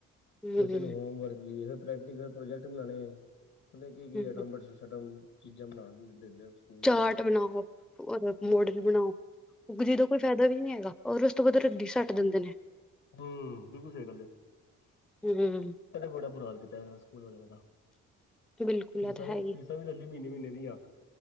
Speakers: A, in the centre; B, on the left (about 70°).
A: ਹਮ
B: ਬੱਚੇ ਨੂੰ ਹੋਮ ਵਰਕ ਵੀ ਇਹ ਪ੍ਰੈਕਟੀਕਲ ਪ੍ਰੋਜੈਕਟ ਬਣਾਉਣੇ ਆ ਪਤਾ ਕੀ ਕੀ
A: ਹਮ
B: <unintelligible> ਚੀਜ਼ਾਂ ਬਣਾਉਣ ਨਹੀਂ ਦਿੰਦੇ ਸਕੂਲ
A: ਚਾਟ
B: ਦੇ ਬੱਚੇ ਨੂੰ
A: ਬਣਾਓ ਰ ਮੋਡਲ ਬਣਾਓ ਉਗਜੀ ਦਾ ਕੋਈ ਫਾਇਦਾ ਵੀ ਨੀ ਹੈਗਾ। ਔਰ ਉਸ ਤੋਂ ਬਾਅਦ ਰੱਦੀ ਸੱਟ ਦਿੰਦੇ ਨੇ
B: ਹੂ ਬਿਲਕੁਲ ਸਹੀ ਗੱਲ ਤੁਹਾਡਾ
A: ਹਮ
B: ਬੜਾ ਬੁਰਾ ਹਾਲ ਕੀਤਾ ਸਕੂਲ ਦਾ
A: ਬਿਲਕੁਲ
B: ਫੀਸਾਂ-ਫੀਸਾਂ
A: ਇਹ ਤਾਂ ਹੈ ਹੀ
B: ਵੀ ਲੈ ਲਈ ਮਹੀਨੇ-ਮਹੀਨੇ ਦੀਆਂ